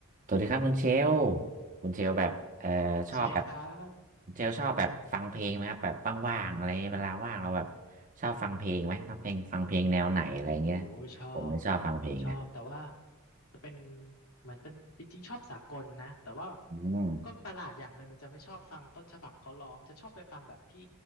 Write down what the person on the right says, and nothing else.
สวัสดีครับคุณเชลล์คุณเชลล์แบบเอ่อชอบแบบ
คุณเชลล์ชอบแบบฟังเพลงไหมครับแบบว่างๆอะไรเงี้ยเวลาว่างเราแบบชอบฟังเพลงไหมชอบเพลงฟังเพลงแนวไหนอะไรเงี้ย
ผมเลยชอบฟังเพลงนะ
อืม